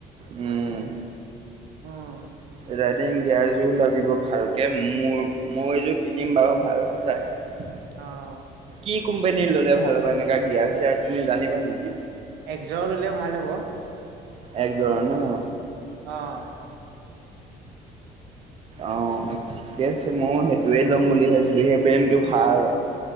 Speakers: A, on the right (about 35°); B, on the right (about 80°).
A: উম।
B: উম।
A: ৰাইডিং গিয়াৰ জোৰ লাগিব ভালকে মোৰ মই এইযোৰ কিনিম বাৰু ভাল চাই।
B: অঁ।
A: কি কোম্পোনীৰ ল'লে ভাল হব এনেকা গিয়াৰ চিয়াৰ তুমি জানিবা নেকি
B: একযৰ ললে ভাল হ'ব
A: একজৰ ন
B: আহঁ
A: অঁ ঠিকে আছে মই সেইটোৱে ল'ম বুলি ভাবিছিলো সেই ব্ৰেনটো ভাল